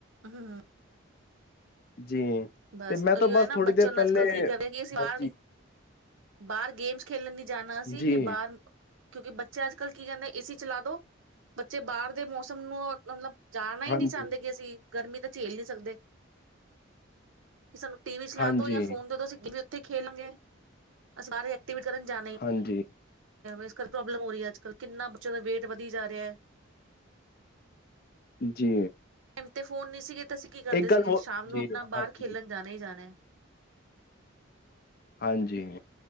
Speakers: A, on the right (about 75°); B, on the left (about 50°).
A: ਹਮ ਹਮ
B: ਜੀ
A: ਬਸ
B: ਤੇ ਮੈਂ ਤਾਂ
A: ਉ ਹੈ ਨਾ
B: ਥੋੜ੍ਹੀ
A: ਬੱਚਿਆਂ
B: ਦੇਰ
A: ਨੂੰ
B: ਪਹਿਲੇ
A: ਅੱਜਕੱਲ ਕੀ ਕਰ ਰਿਹਾ ਕਿ ਅਸੀਂ ਬਾਹਰ
B: ਹਾਂਜੀ
A: ਬਾਹਰ ਗੇਮਸ ਖੇਲਣ ਨੀ ਜਾਣਾ ਅ ਸੀ
B: ਜੀ
A: ਕਿ ਬਾਹਰ ਕਿਉਂਕਿ ਬੱਚ ਅੱਜ ਕੱਲ ਕੀ ਕਹਿੰਦੇ ਇਸ ਸੀ ਚਲਾ ਦੋ ਬੱਚੇ ਬਾਹਰ ਦੇ ਮੌਸਮ ਨੂੰ ਮਤਲਬ ਜਾਣਾ ਹੀ
B: ਹਾਂਜੀ
A: ਨਹੀਂ ਚਾਹੁੰਦੇ ਕਿ ਅਸੀਂ ਗਰਮੀ ਤਾਂ ਝੇਲ ਨਹੀਂ ਸਕਦੇ। ਕਿ ਸਾਨੂੰ ਟੀ ਵੀ ਚਲਾ
B: ਹਾਂਜੀ
A: ਦੋ ਯਾ ਫੋਨ ਦੇ ਦੋ ਅਸੀ ਗਿ ਉੱਥੇ ਖੇਲਣਾਂਗੇ, ਅ ਸਾਰੇ ਟੀਵਰ ਕਰਨ ਜਾਨਾ ਈ
B: ਹਾਂਜੀ
A: ਇਸ ਕਰਕੇ ਪ੍ਰੋਬਲਮ ਹੋ ਰਹੀ ਹੈ ਅੱਜ ਕਲ, ਕਿੰਨਾ ਬੱਚਿਆਂ ਦਾ ਵੇਟ ਵਧੀ ਜਾ ਰਿਹਾ ਹੈ।
B: ਜੀ।
A: ਟਾਈਮ ਤੇ ਫੋਨ ਨਹੀਂ ਸੀਗੇ ਤੇ ਅਸੀਂ ਕੀ ਕਰਦੇ
B: ਇੱਕ ਗੱਲ
A: ਸੀਗੇ?
B: ਹੋਰ
A: ਸ਼ਾਮ ਨੂੰ
B: ਜੀ
A: ਆਪਣਾ ਬਾਹਰ
B: ਹਾਂਜੀ
A: ਖੇਲਣ ਜਾਣਾ ਹੀ ਜਾਣਾ ਏ।
B: ਹਾਂਜੀ।